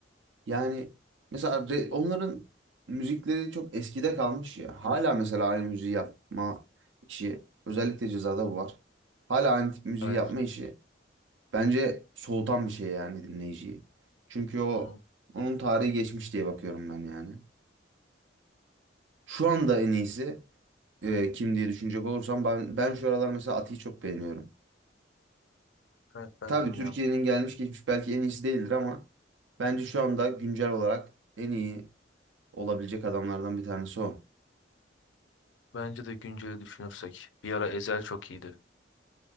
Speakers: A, on the right (about 80°); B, on the left (about 80°).
A: yani mesela re- onların müzikleri çok eskide kalmış ya. Hala mesela aynı müziği yapma işi özellikle Ceza'da bu var. Hala aynı tip müziği
B: Evet.
A: yapma işi bence soğutan bir şey yani dinleyiciyi. Çünkü o
B: Hı,
A: onun tarihi geçmiş diye bakıyorum ben yani. Şu anda en iyisi e, kim diye düşünecek olursam ben ben şu aralar mesela Ati'yi çok beğeniyorum.
B: evet ben
A: Tabii
B: de dinliyorum.
A: Türkiye'nin gelmiş geçmiş belki en iyisi değildir ama bence şu anda güncel olarak en iyi olabilecek adamlardan bir tanesi o.
B: Bence de günceli düşünürsek. Bir ara Ezel çok iyiydi.